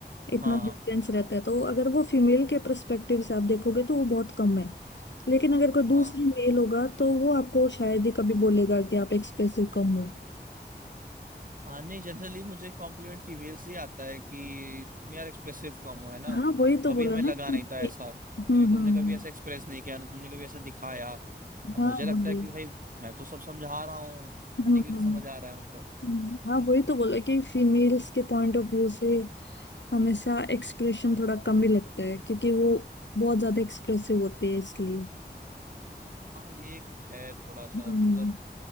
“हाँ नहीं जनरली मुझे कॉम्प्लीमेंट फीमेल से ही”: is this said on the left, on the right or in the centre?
Right